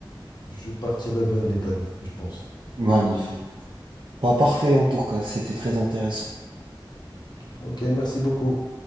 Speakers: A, on the left; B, on the right.
A: je partirai vers l'Italie, je pense.
B: Magnifique. Pas parfait en tout cas. C'était très intéressant.
A: Ok, merci beaucoup.